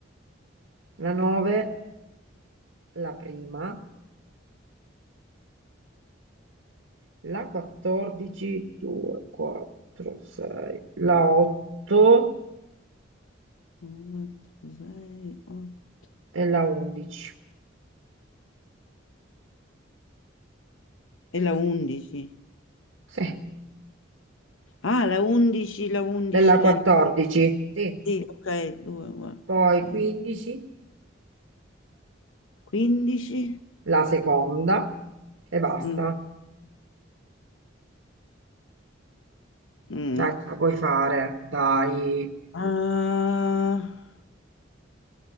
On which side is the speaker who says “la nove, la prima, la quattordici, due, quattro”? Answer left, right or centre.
Right